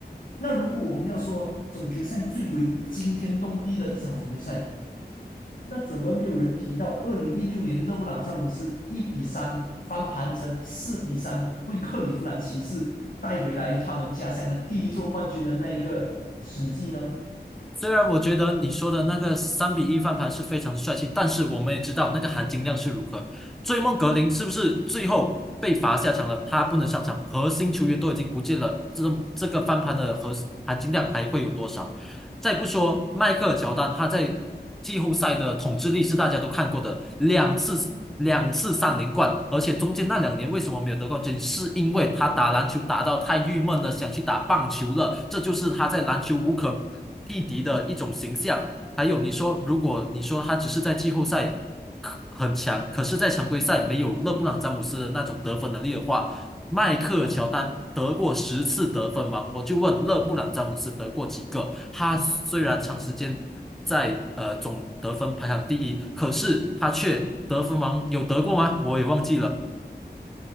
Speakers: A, on the left; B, in the centre.
A: 那如果我们要说总决赛最为惊天动地的一场总决赛，那怎么没有人提到二零一六年勒布朗詹姆斯一比三翻盘成四比三，为克利夫兰骑士带回来他们家乡的第一座冠军的那一个史记呢？
B: 虽然我觉得你说的那个三比一翻盘是非常的帅气，但是我们也知道那个含金量是如何。追梦格林是不是最后被罚下场了？他不能上场，核心球员都已经不见了，这种这个翻盘的核含金量还会有多少？再不说迈克尔乔丹，他在季后赛的统治力是大家都看过的，两次两次三连冠，而且中间那两年为什么没有得冠军，是因为他打篮球打到太郁闷了，想去打棒球了，这就是他在篮球无可匹敌的一种形象。还有你说，如果你说他只是在季后赛可很强，可是在常规赛没有勒布朗詹姆斯的那种得分能力的话，迈克尔乔丹得过十次得分王，我就问勒布朗詹姆斯得过几个？他虽然长时间在呃总得分排行第一，可是他却得分王有得过吗？我也忘记了。